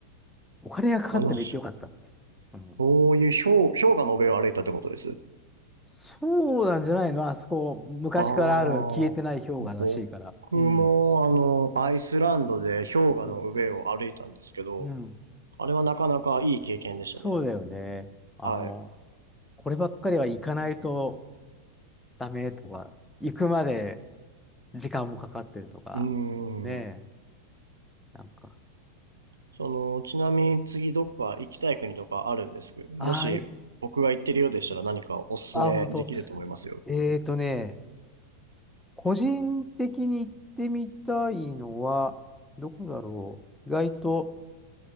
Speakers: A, in the centre; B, on the right (about 75°).
A: お金がかかっても行ってよかったっていう。
B: あの、
A: うん。
B: そういう氷、氷河の上を歩いたってことです。
A: そうなんじゃないのあそこ、昔からある消えてない氷河らしいから。
B: ああ、僕も、
A: うん。
B: あの、アイスランドで氷河の上を歩いたんですけど、
A: うん。うん
B: あれはなかなかいい経験でしたね。
A: そうだよね。あの、
B: はい。
A: こればっかりは行かないとダメとか、行くまで時間もかかってるとか、
B: うーん。
A: ねえ、なんか、
B: その、ちなみに次どっか行きたい国とかあるんですけど、もし僕が行ってるようでしたら何かおすすめできると思いますよ。
A: あーいあ、本当。えーとね、個人的に行ってみたいのは、どこだろう。意外と